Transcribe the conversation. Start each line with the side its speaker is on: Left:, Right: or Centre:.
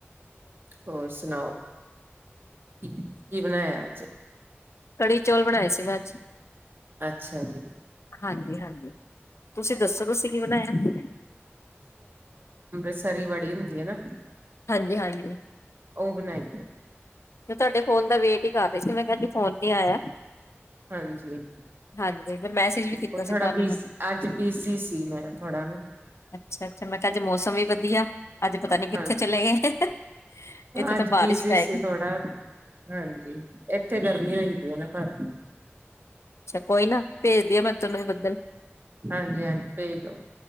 Right: ਹੋਰ ਸੁਣਾਓ? ਕੀ ਬਣਾਇਆ ਅੱਜ?
Left: ਕੜੀ ਚੌਲ ਬਣਾਏ ਸੀ ਮੈਂ ਅੱਜ।
Right: ਅੱਛਾ ਜੀ
Left: ਹਾਂਜੀ-ਹਾਂਜੀ, ਤੁਸੀਂ ਦੱਸੋ ਤੁਸੀਂ ਕੀ ਬਣਾਇਆ?
Right: ਸਰੀ ਵੜੀ ਹੁੰਦੀ ਹੈ ਨਾ।
Left: ਹਾਂਜੀ-ਹਾਂਜੀ।
Right: ਉਹ ਬਣਾਈ ਏ।
Left: ਮੈਂ ਤੁਹਾਡੇ ਫੋਨ ਦਾ ਵੇਟ ਹੀ ਕਰ ਰਹੀ ਸੀ, ਮੈਂ ਕਿਹਾ ਅੱਜ ਫੋਨ ਨੀ ਆਇਆ।
Right: ਹਾਂਜੀ,
Left: ਹਾਂਜੀ ਮੈਂ ਮੈਸੇਜ ਵੀ ਕੀਤਾ
Right: ਉਹ ਥੋੜਾ
Left: ਸੀ ਤੁਹਾਨੂੰ
Right: ਬੀਜ਼,
Left: ਮੈਂ ਕਿਹਾ
Right: ਅੱਜ ਬਿਜ਼ੀ ਸੀ ਮੈਂ, ਥੋੜਾ ਨਾ।
Left: ਅੱਛਾ ਅੱਛਾ ਮੈਂ ਅੱਜ ਮੌਸਮ ਵੀ ਵਧੀਆ ਅੱਜ ਪਤਾ ਨੀ ਕਿੱਥੇ
Right: ਹਾਂਜੀ
Left: ਚਲੇ ਗਏ, ਇੱਥੇ
Right: ਅੱਜ
Left: ਤਾਂ ਬਾਰਿਸ਼
Right: ਬਿਜੀ
Left: ਪੈ
Right: ਸੀ
Left: ਗਈ।
Right: ਥੋੜਾ, ਹਾਂਜੀ ਇੱਥੇ ਗਰਮੀ ਹੋਈ ਦੀ ਹੈ ਨਾ ਪਰ।
Left: ਅੱਛਾ, ਕੋਈ ਨਾ ਭੇਜਦੀ ਆ ਮੈਂ ਤਨੂੰ ਵੀ ਬੱਦਲ।
Right: ਹਾਂਜੀ-ਹਾਂਜੀ ਪੇਜ ਦੋ।